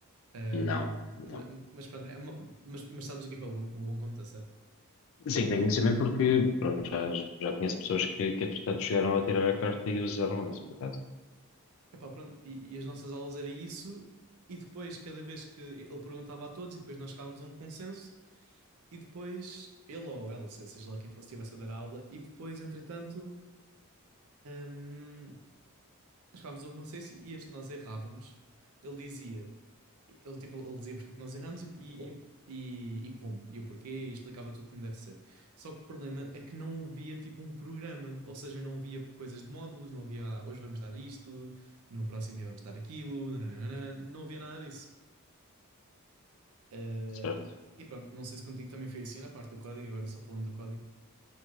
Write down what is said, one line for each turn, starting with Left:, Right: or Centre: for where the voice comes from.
Right: Ahm,
Left: Não,
Right: ma-
Left: não.
Right: mas pronto, é uma- mas, mas sabes o que é que é o bom, o bom condutor, certo?
Left: Sim, tenho conhecimento porque, pronto, já, já conheço pessoas que, que entretanto chegaram a tirar a carta e usaram isso, por acaso.
Right: Epá, pronto, e, e as nossas aulas era isso, e depois, cada vez que ele perguntava a todos, e depois nós chegávamos a um consenso, e depois ele ou ela, se- seja lá quem fosse, estivesse a dar a aula, e depois, entretanto, hum, chegávamos a um consenso e este nós errávamos. Ele dizia ele, tipo, ele dizia porque é que nós erramos e, e, e, e como, e o porquê, e explicava tudo como deve ser. Só que o problema é que não havia tipo um programa, ou seja, não havia coisas de módulos, não havia "Ah, hoje vamos dar isto, no próximo dia vamos dar aquilo, nananana", não havia nada disso. Eh,
Left: Certo.
Right: e pronto, não sei se contigo também foi assim na parte do código, agora só falando do código.